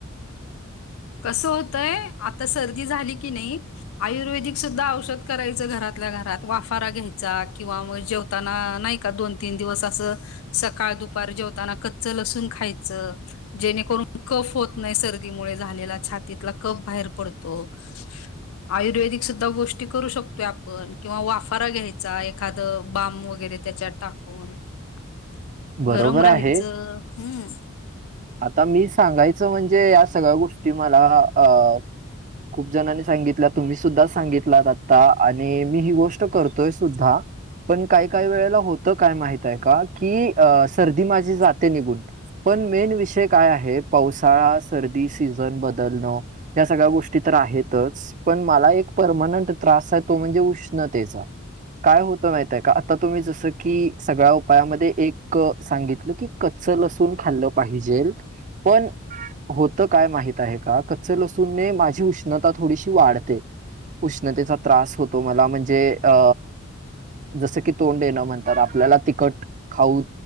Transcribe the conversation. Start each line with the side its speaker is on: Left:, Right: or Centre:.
Left: कसं होतंय आता सर्दी झाली की नाही. आयुर्वेदिक सुद्धा औषध करायचं घरातल्या घरात वाफारा घ्यायचा किंवा म जेव ताना नाही का दोन तीन दिवस असं सकाळ दुपार जेवताना कच्च लसूण खायचं जेणेकरून कफ होत नाही सर्दीमुळे झालेला छातीतला कफ बाहेर पडतो. <unintelligible> आयुर्वेदिक सुुद्धा गोष्टी करू शकतोय आपण किंवा वाफारा घ्यायचा एखादं बाम वगैरे त्याच्यात टाकू. हंण <inaudible>
Right: बरोबर
Left: गरम राहायचं
Right: आहे
Left: हंम,
Right: आता मी सांगायचं म्हणजे या सगळ्या गोष्टी मला अ खूप जणांनी सांगितल तुम्ही सुद्धा सांगितलात आता आणि मी ही गोष्ट करतोय सुद्धा पण काय? काही वेळेला होता का माहित आहे का की सर्दी माझी जाती निघून पण मेन विष. छे काय आहे पावसाळा सर्दी सीझन बदलणं, या सगळ्या गोष्टी तर आहेतच, पण मला एक परमानट त्रास आहे तो म्हणजे उष्णतेचा काय होत माहित आहे का? आता तुम्ही जसं की सगळ्या उपायामध्ये एक सांगितलं की कच्च लसूून खाल्लं पाहिजे जेल पण होत काय माहित आहे का कच्च लसूणे माझी उष्णता थोडीशी वाढते. उष्णतेचा त्रास होतो मला म्हणजे अ जसं की तोंड येणं म्हणंताआपल्याला तिखट खाऊ